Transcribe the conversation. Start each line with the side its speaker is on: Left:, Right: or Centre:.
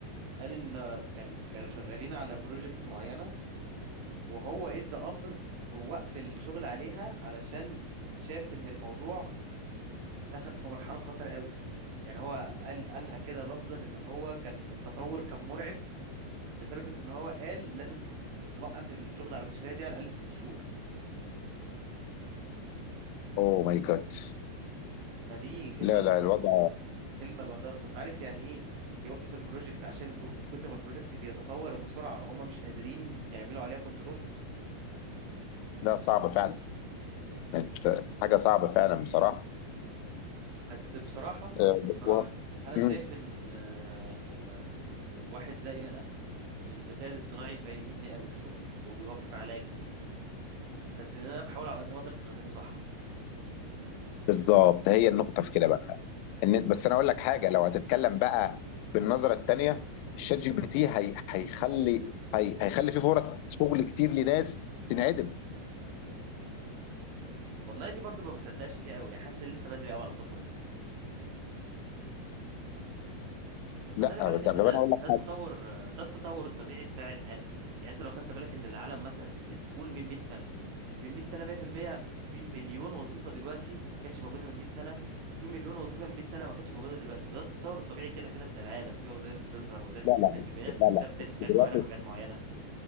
Right: قال ان كان كانوا شغالين على بروجيكتس معينه وهو ادى امر بوقف الشغل عليها علشان شاف ان الموضوع دخل في مرحله خطر قوي يعني هو قال قالها كده لفظا ان هو كان التطور كان مرعب لدرجه ان هو قال لازم نوقف الشغل على المشاريع دي على الاقل ست شهور
Left: اوه ماي جاد
Right: فدي كلمه
Left: لا
Right: لوحدها
Left: لا الوضع
Right: تخض اصلا كلمه لوحدها تخض عارف يعني ايه يوقف البروجكت عشان الب- من كتر ما البروجكت بيتطور بسرعه هم مش قادرين يعملوا عليها كنترول
Left: ده صعب فعلا انت- حاجه صعبه فعلا بصراحه
Right: بس بصراحة
Left: آه،
Right: بصراحة
Left: و-
Right: أنا
Left: مم.
Right: شايف إن آه، واحد زي أنا الذكاء الاصطناعي فايدني أوي في شغلي وبيوفر عليا كتير بس لأن أنا بحاول على قد ما أقدر أستخدمه صح
Left: بالظبط هي النقطه في كده بقى ان بس انا اقول لك حاجه لو هتتكلم بقى بالنظره التانيه الشات جي بي تي هي... هيخلي هي... هيخلي فيه فرص شغل كتير لناس تنعدم
Right: والله دي برضو ما بصدقش فيها أوي يعني حاسس إن لسه بدري أوي على الخطوة دي بس
Left: لا
Right: خلي بالك
Left: طب
Right: ان ده
Left: انا اقول
Right: ده
Left: لك
Right: التطور
Left: حاجه
Right: ده التطور الطبيعي بتاع العالم يعني انت لو خدت بالك ان العالم مثلا من قول من 100 سنه من 100 سنه 100% في المية في مليون وظيفه دلوقتي ما كانتش موجوده من 100 سنه وفي مليون وظيفه من 100 سنه ما كانتش موجوده دلوقتي فده التطور الطبيعي كده كده بتاع العالم في وظائف بتظهر وظائف
Left: لا
Right: بتختفي
Left: لا
Right: بقينا بنستبدل
Left: لا لا انت
Right: حاجات
Left: دلوقتي
Right: معينه بحاجات معينه